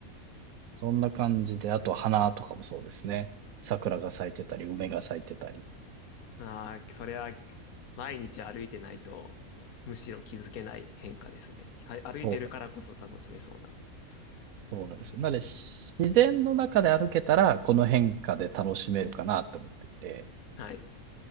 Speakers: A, on the right; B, on the left.
A: そんな感じで、あと花とかもそうですね。桜が咲いてたり、梅が咲いてたり。
B: ああ、それは毎日歩いてないと、むしろ気づけない変化ですね。はい、歩いてるからこそ楽しめそうな。
A: そうなんそうなんですよ。
B: うー
A: なので、し自然の中で歩けたら、
B: ん
A: この変化で楽しめるかなと思っていて、
B: はい。う